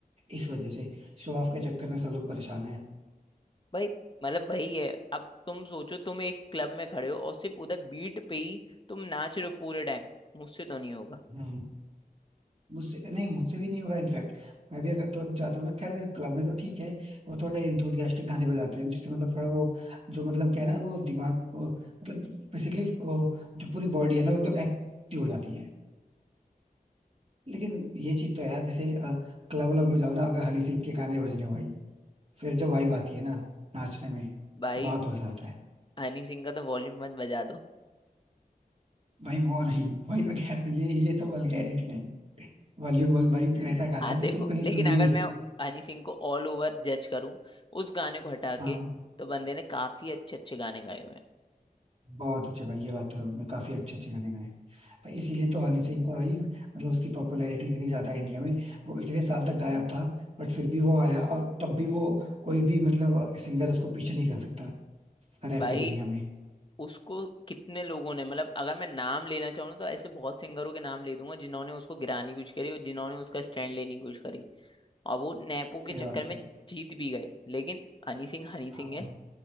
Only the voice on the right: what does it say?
इस वजह से शो ऑफ के चक्कर में सब लोग परेशान
है मुझसे नहीं मुझसे भी नहीं होगा इनफैक्ट मैं भी अगर क्लब जाता हूँ ना खैर क्लब में तो ठीक है वो थोड़े इंथुजियास्टिक गाने बजाते हैं जिससे मतलब थोड़ा वो जो मतलब क्या है ना वो दिमाग को मतलब बेसिकली जो पूरी बॉडी है ना वो एकदम एक्टिव हो जाती है लेकिन ये चीज तो है यार जैसे क्लब व्लब में जाओ ना अगर हनी सिंह के गाने बज रहे हो भाई फिर जो वाइब आती है ना नाचने में
बहुत मजा आता है
भाई वो नहीं भाई मैं कह रहा हूँ, ये ये तो वल्गैरिटी नहीं वॉल्यूम वन भाई
तो ऐसा गाना
है जो
तुम कहीं
सुन भी
नहीं
सकते
हाँ
बहुत अच्छे भाई ये बात तो है उसने काफी अच्छे अच्छे गाने गाए हैं भाई इसीलिए तो हनी सिंह का भाई मतलब उसकी पॉपुलैरिटी इतनी ज्यादा है इंडिया में वो इतने साल तक गायब था बट फिर भी वो आया और तब भी वो कोई भी मतलब सिंगर उसको पीछे नहीं कर सकता रैप
की दुनिया में
सही
बात
है
हाँ